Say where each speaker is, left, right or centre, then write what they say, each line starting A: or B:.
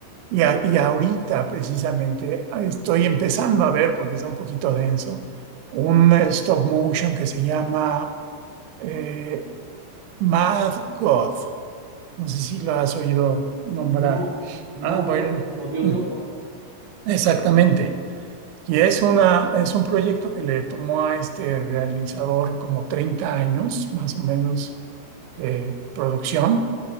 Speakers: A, on the right; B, on the right.
A: Y, a- y ahorita precisamente ah, estoy empezando a ver, porque está un poquito denso, un eh, stop motion que se llama eh, Mad God. No sé si lo has oído nombrar.
B: No, Mad
A: Ah, bueno,
B: God, como Dios
A: mm,
B: loco.
A: exactamente. Y
B: Ok.
A: es una, es un proyecto que le tomó a este realizador como 30 años, más o menos, de producción